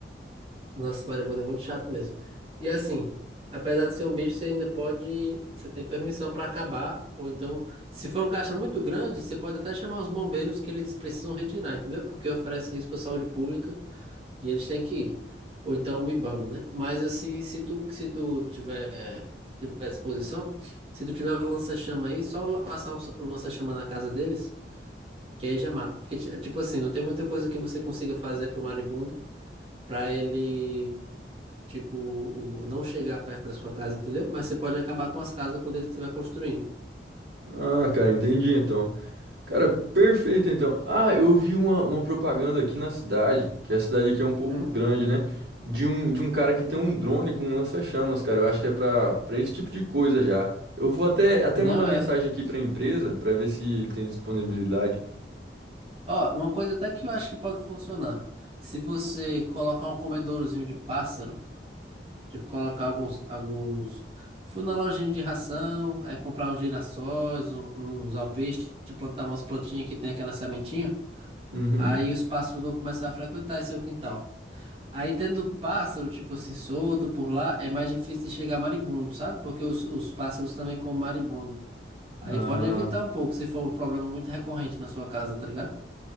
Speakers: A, on the right; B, on the right.
A: Nossa, marimbondo é muito chato mesmo. E assim, apesar de ser um bicho, você ainda pode, você tem permissão para acabar, ou então, se for um caixa muito grande, você pode até chamar os bombeiros que eles precisam retirar, entendeu? Porque oferece risco à saúde pública. E eles têm que ir. Ou então o IBAMA, né? Mas assim, se tu, se tu tiver, tiver disposição, se tu tiver um lança-chama aí, só la- passar um, um lança-chama na casa deles, que aí já mata. Porque, ti- tipo assim, não tem muita coisa que você consiga fazer pro marimbondo pra ele, tipo, o- não chegar perto da sua casa, entendeu? Mas você pode acabar com as casas quando ele estiver construindo.
B: Ah, cara, entendi então. Cara, perfeito então. Ah, eu vi uma, uma propaganda aqui na cidade, que a cidade aqui é um pouco
A: Hum,
B: grande, né? De um, de um cara que tem um drone com um lança-chamas, cara. Eu acho que é pra, pra esse tipo de coisa já. Eu vou até, até
A: não
B: mandar mensagem
A: é.
B: aqui pra empresa pra ver se ele tem disponibilidade.
A: Ó, uma coisa até que eu acho que pode funcionar. Se você colocar um comedourozinho de pássaro, Tipo, colocar alguns, alguns. Fui na lojinha de ração, aí comprar uns girassóis, um- uns alpistes, plantar umas plantinhas que tem aquela sementinha.
B: Uhum.
A: Aí os pássaros vão começar a frequentar esse seu quintal. Aí tendo pássaro, tipo assim, solto por lá, é mais difícil de chegar maribundo, sabe? Porque os, os pássaros também comem maribundo. Aí
B: Ah.
A: pode evitar um pouco, se for um problema muito recorrente na sua casa, tá ligado?